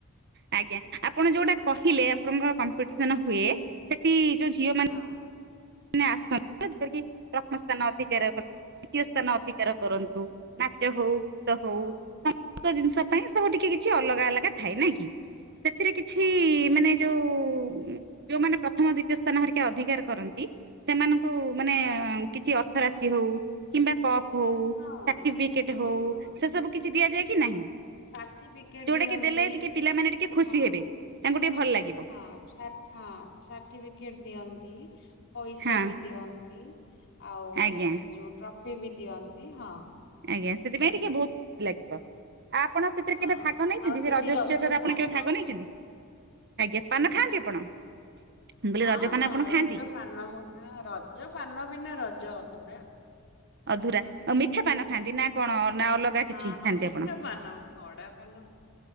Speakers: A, on the right (about 50°); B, on the left (about 55°).
A: ଆଜ୍ଞା ଆପଣ ଯୋଉଁଟା କହିଲେ, ଆପଣଙ୍କର କମ୍ପିଟିସନ ହୁଏ, ସେଠିଁ ଯୋଉ ଝିଅ ମାନ
B: ହଁ।
A: ମାନେ ଆସନ୍ତୁ ପ୍ରଥମଥର କରିକି ସ୍ଥାନ ଅଧିକାର ଦିତୀୟ ସ୍ଥାନ ଅଧିକାର କରନ୍ତୁ। ନାଚ ହଉ, ଗୀତ ହଉ
B: ହଁ
A: ସମସ୍ତ ଜିନିଷ ପାଇଁ ଏସବୁ ଟିକେ କିଛି ଅଲଗା ଅଲଗା ଥାଏ, ନାଇଁ କି ସେଥିରେ କିଛି
B: ହଁ ହଁ
A: ମାନେ ଯୋଉଁ ଯୋଉମାନେ ପ୍ରଥମ, ଦିତୀୟ ସ୍ଥାନ ହରିକା ଅଧିକାର କରନ୍ତି ସେମାନଙ୍କୁ ଙ୍କୁ ମାନେ
B: ହଁ
A: କିଛି ଅର୍ଥ ରାଶି ହଉଁ କିମ୍ବା କପ୍ ହଉଁ,
B: ହଁ ହଁ
A: ସାଟିଫିକେଟେ
B: ହଁ
A: ହଉଁ
B: ହଁ
A: ସେସବୁ କିଛି ଦିଆଯାଏ
B: ହଁ
A: କି ନାହିଁ?
B: ସାର୍ଟିଫିକେଟ
A: ଯୋଉଟା
B: ଦିଅନ୍ତି
A: କି ଦେଲେ, ଟିକେ ପିଲାମାନେ ଟିକେ ଖୁସି
B: ହଁ
A: ହେବେ ତାଙ୍କୁ ଟିକେ ଭଲ ଲାଗିବ।
B: ହଁ ସାଟ ହଁ, ସାର୍ଟିଫିକେଟ ଦିଅନ୍ତି। ପଇସା
A: ହଁ
B: ବି ଦିଅନ୍ତି, ଆଉଁ
A: ଆଜ୍ଞା
B: ସେଯୋଉ ଟ୍ରଫି ବି ଦିଅନ୍ତି ହଁ
A: ଆଜ୍ଞା ସେଥିପାଇଁ ଟିକେ ବହୁତ ଖୁସି ଲାଗିବ ଆଁ ପ୍ ଆପଣ ସେଥିରେ
B: ହଁ
A: କେବେ ଭାଗ ନେଇଛନ୍ତି,
B: ଆଉ ସେଠି
A: ସେ ରଜଉତ୍ସବରେ
B: ରଜ
A: ଆପଣ
B: ପାନ
A: କେବେ ଭାଗ ନେଇଛନ୍ତି? ଆଜ୍ଞା ପାନ ଖାଁନ୍ତୀ ଆପଣ, ମୁଁ କହିଲି
B: ହଁ
A: ରଜପାନ
B: ହଁ
A: ଆପଣ
B: ରଜ
A: ଖାଆନ୍ତି?
B: ପାନ ମୁଁ ଖାଁ ରଜପାନ ବିନା ରଜ ଅଧୁରା
A: ଅଧୁରା ମିଠା ପାନ ଖାଆନ୍ତି ନା କଣ ନାଁ ଅଲଗା? କିଛି
B: ହଁ ହଁ
A: ଖାଆନ୍ତି
B: ମିଠା
A: ଆପଣ?
B: ପାନ, କଡ଼ା ପାନ।